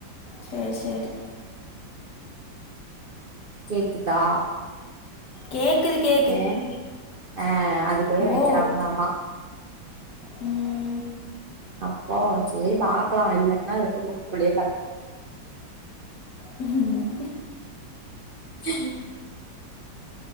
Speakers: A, on the left; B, on the right.
A: சேர் சேரி
B: கேக்குதா
A: கேக்குது கே
B: ஏ ஆ அதுக்குள்ள வைக்கிறாங்களாமா
A: ஓ! ம்
B: அப்போ சேர் பாக்கலாம் இல்லட்ன்னா அது ரூம் க்கு குள்ளயே கடகட்டும்
A: ம்
B: ஜில்லா